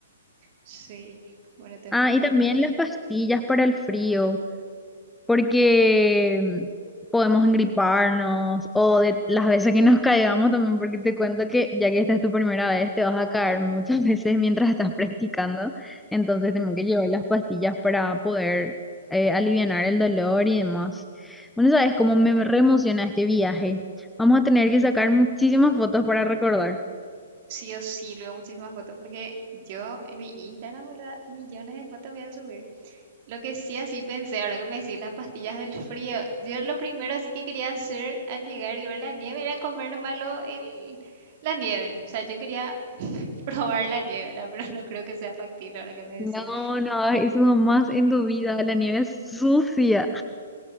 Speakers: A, on the right; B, in the centre.
A: Sí. Bueno, tengo
B: Ah,
A: que buscar
B: y también
A: también.
B: las pastillas para el frío. porque podemos engriparnos o de las veces que nos caigamos también, porque te cuento que ya que esta es tu primera vez, te vas a caer muchas <laughs> veces mientras estás practicando, entonces tengo que llevar las pastillas para poder eh, alivianar el dolor y demás. Bueno, sabes cómo me reemociona este viaje. Vamos a tener que sacar muchísimas fotos para recordar.
A: Sí o sí, luego muchísimas fotos porque yo en mi Instagram, boluda, millones de fotos voy a subir. Lo que sí así pensé, ahora que me decís las pastillas del frío, yo lo primero así que quería hacer al llegar y ver la nieve era comer nomás lo- el, la nieve. O sea, yo quería <laughs> probar la nieve, ¿verdad? Pero no creo que sea factible ahora que me
B: No,
A: decís.
B: no, eso jamás en tu vida, la nieve es sucia.